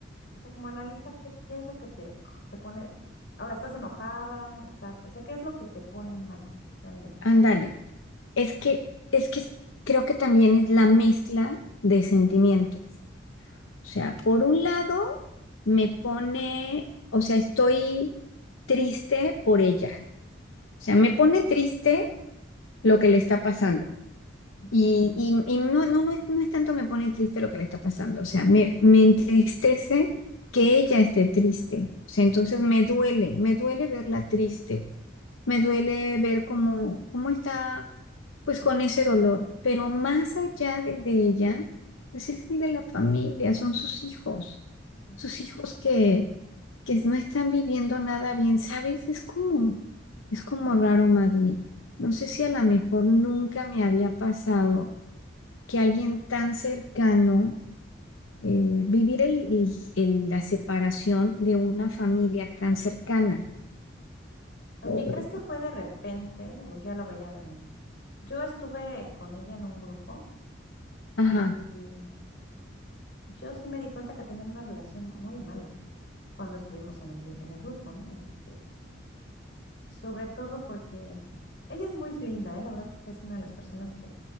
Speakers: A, on the left (about 60°); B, on the left (about 85°).
A: o sea, como analiza qué, qué es lo que te, te pone, ahora estás enojada, estás, o sea, ¿qué es lo que te pone mal realmente?
B: Ándale. Es que, es que creo que también es la mezcla de sentimientos. O sea, por un lado, me pone, o sea, estoy triste por ella. O sea, me pone triste lo que le está pasando.
A: Ujú.
B: Y, y- y no, no, no es, no es tanto me pone triste lo que le está pasando, o sea, me, me entristece que ella esté triste, o sea, entonces me duele, me duele verla triste, me duele ver cómo, cómo está, pues con ese dolor, pero más allá del de ella, pues es el de la familia, son sus hijos
A: Mm.
B: sus hijos que, que no están viviendo nada bien, ¿sabes? Es como, es como raro, Magdi. No sé si a lo mejor nunca me había pasado que alguien tan cercano, eh, vivir el- el- el- la separación de una familia tan cercana.
A: Oye,
B: Ay.
A: ¿crees que fue de repente o ya lo veía venir? Yo estuve con ella en un grupo
B: Ajá,
A: y yo sí me di cuenta que tenían una relación muy mala cuando estuvimos en el, mi- en el grupo, ¿no? Este, sobre todo porque ella es muy linda, ¿eh? La verdad es que es una de las personas que